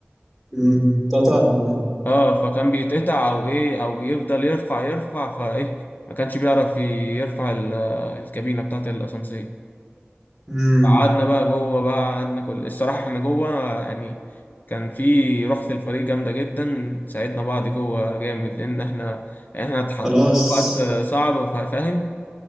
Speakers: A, in the centre; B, on the left.
A: امم قطع ولا ايه
B: اه فكان بيتقطع او ايه او بيفضل يرفع يرفع فايه ما كانش بيعرف ي- يرفع ال- الكابينه بتاعت الاسانسير
A: امم
B: قعدنا بقى جوه بقى قعدنا كل الصراحه احنا جوه يعني كان في روح في الفريق جامده جدا ساعدنا بعض جوه جامد لان احنا احنا اتحطينا
A: خلاص
B: في وقت صعب فا- فاهم